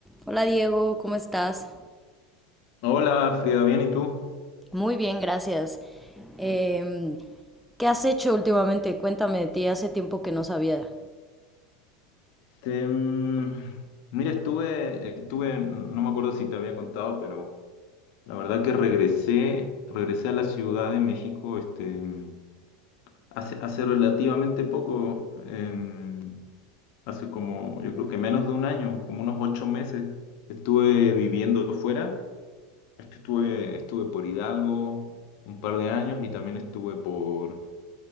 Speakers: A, in the centre; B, on the left.
A: Hola Diego, ¿cómo estás?
B: Hola, Frida, bien, ¿y tú?
A: Muy bien, gracias. Em, ¿qué has hecho últimamente? Cuéntame de ti, hace tiempo que no sabía
B: Te, mm, mira, estuve, estuve, no me acuerdo si te había contado, pero la verdad que regresé, regresé a la Ciudad de México, este, mm, hace, hace relativamente poco, em, hace como, yo creo que menos de un año, como unos ocho meses, estuve viviendo fuera, estuve, estuve por Hidalgo un par de años y también estuve por